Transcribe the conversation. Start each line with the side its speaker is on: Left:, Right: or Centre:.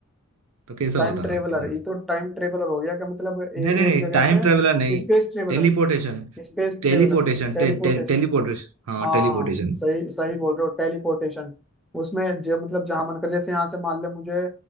Right: तो कैसा
Centre: टाइम
Right: होता
Centre: ट्रेवलर
Right: आपके साथ
Centre: ये तो टाइम ट्रेवलर हो गया क्या मतलब ए,
Right: नहीं नहीं नहीं
Centre: एक जगह
Right: टाइम
Centre: से
Right: ट्रेवलर नहीं
Centre: space traveller
Right: टेलीपोर्टेशन
Centre: space
Right: टेलीपोर्टेशन
Centre: traveller teleportation
Right: टे, टे, टेलीपोर्टेशन हाँ
Centre: हाँ
Right: टेलीपोर्टेशन
Centre: सही सही बोल रहे हो टेलीपोर्टेशन उसमें जो मतलब जहां मन कर जैसे यहाँ से मान ले मुझे